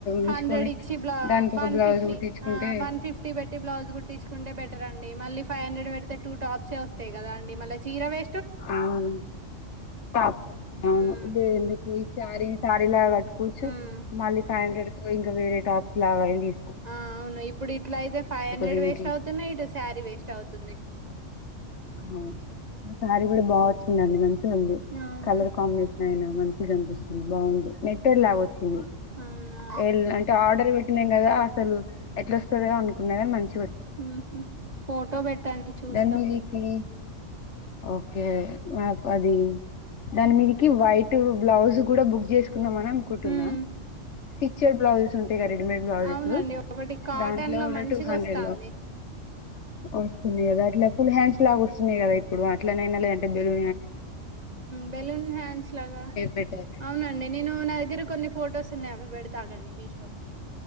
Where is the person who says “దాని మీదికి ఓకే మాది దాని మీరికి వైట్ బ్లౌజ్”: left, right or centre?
Left